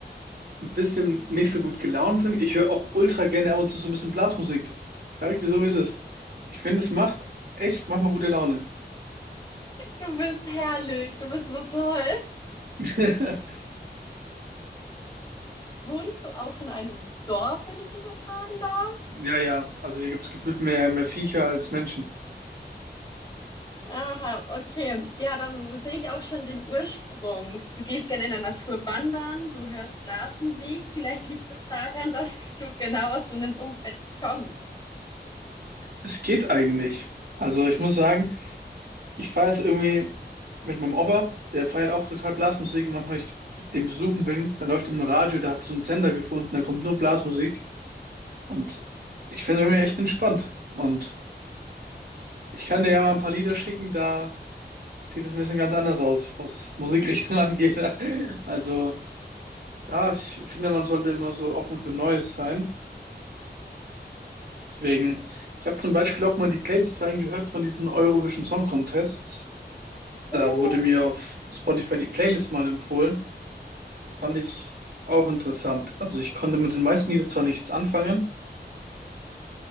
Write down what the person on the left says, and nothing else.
Du bist herrlich, du bist so toll.
Wohnst du auch in einem Dorf, wenn ich dich das fragen darf?
Aha, okay. Ja, dann sehe ich auch schon den Ursprung. Du gehst gerne in der Natur wandern, du hörst Blasmusik. Vielleicht liegt es daran, dass du genau aus so einem Umfeld kommst.
Uh,